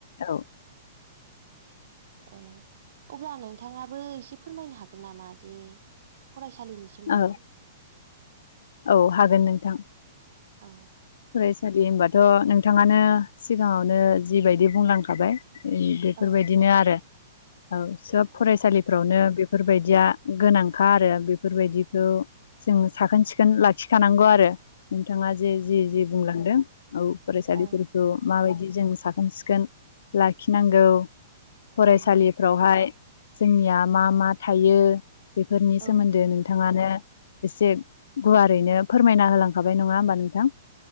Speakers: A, on the left; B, on the right.
A: औ।
B: ओ अब्ला नोंथाङाबो एसे फोरमायनो हागोन नामा जे फरायसालिनि सोमोन्दै।
A: औ औ हागोन नोंथां।
B: औ।
A: फरायसालि होनबाथ' नोंथाङानो सिगाङावनो जिबायदि बुंलांखाबाय ओम बेफोरबायदिनो
B: औ
A: आरो औ सोब
B: औ
A: फरायसालि फोरावनो बेफोरबायदिया गोनांखा आरो बेफोरबायदिखौ जों साखोन सिखोन लाखिखानांगौ आरो। नोंथाङा जे जे जे बुंलांदों औ फरायसालिफोरखौ
B: औ
A: माबायदि जों साखोन सिखोन लाखिनांगौ फरायसालि
B: औ
A: फोरावहाय जोंनिया मा मा थायो बेफोरनि सोमोन्दै
B: औ
A: नों नोंथाङानो एसे गुवारैनो फोरमायना होलांखाबाय नङा होमबा नोंथां